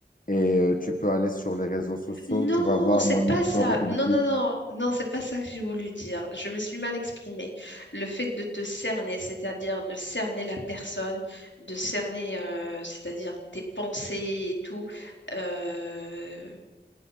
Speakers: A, on the left; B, on the left.
A: Et euh, tu peux aller sur les réseaux sociaux.
B: Non,
A: Tu vas voir
B: c'est
A: mon
B: pas
A: historique
B: ça. Non,
A: depuis.
B: non, non, non, c'est pas ça que j'ai voulu dire. Je me suis mal exprimée. Le fait de te cerner, c'est-à-dire de cerner la personne, de cerner, euh, c'est-à-dire tes pensées et tout. euh,